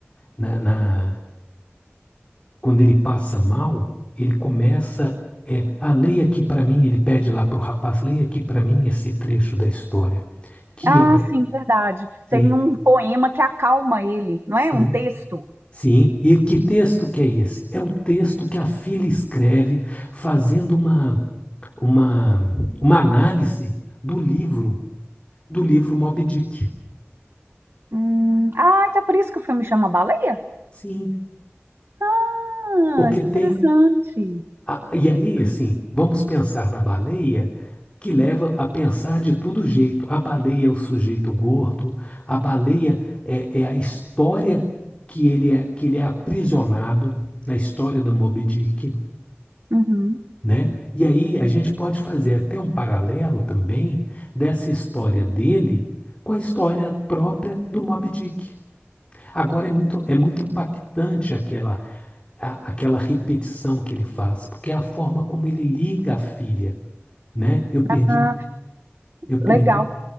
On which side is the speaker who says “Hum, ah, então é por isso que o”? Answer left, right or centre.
Right